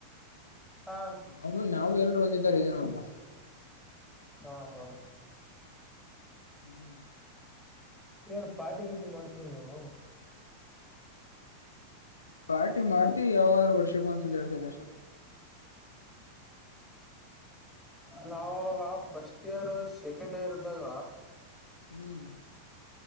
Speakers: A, in the centre; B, on the left (about 75°).
A: ಹಾ
B: ಅವ ನಾವು ಎಲ್ರರು ಒಂದೇ ತರ ಇದೀವಿ ನೋಡಪ್ಪ
A: ಹಾ ಹಾ
B: ಹ್ಮ್
A: ಏನ್ ಪಾರಟಿ ಗೀಟಿ ಮಾಡ್ತರಿ ನೀವು
B: ಪಾರ್ಟಿ ಮಾಡ್ತಿವಿ ಯಾವಾಗಾದ್ರೂ ವರ್ಷಗೂ ಅನ್ಸದೆ ಎರ್ತೈದ ಅಷ್ಟ
A: ನಾವಾಗ ಫಸ್ಟ್ ಇಯರ್ ಸೆಕೆಂಡ್ ಇಯರ್ ಇದ್ದಾಗ
B: ಹ್ಮ್